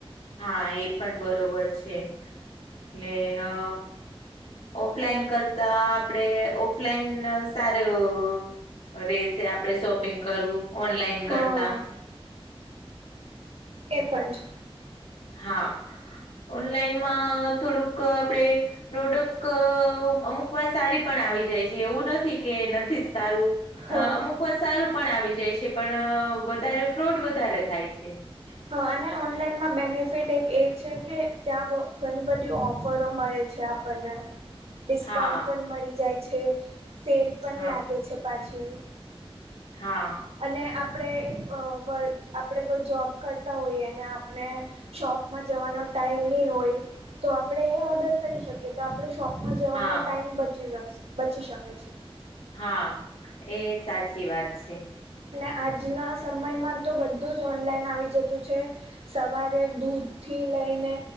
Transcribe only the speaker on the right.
હા
એ પણ છે.
હા
હા અને ઓનલાઈનમાં બેનિફિટ એક એ છે કે ત્યાં ઘણી બધી ઓફરો મળે છે. છે આપણે ડિસ્કાઉન્ટ
પણ મળી જાય છે સેલ પણ
લાગે છે પાછી
અને આપણે ઇફ વકૅ આપણે કોઈ જોબ કરતા હોઈએ અને આપણે શોપમાં જવાનો ટાઈમ નહી હોય તો આપણે એ ઓર્ડર કરી શકીએ કે તો આપણે શોપમાં જવાનો
ટાઈમ બચી બચી શકે છે.
અને આજના સમયમાં તો બધું જ ઓનલાઈન આવી જતું છે. સવારે દૂધ થી લઈને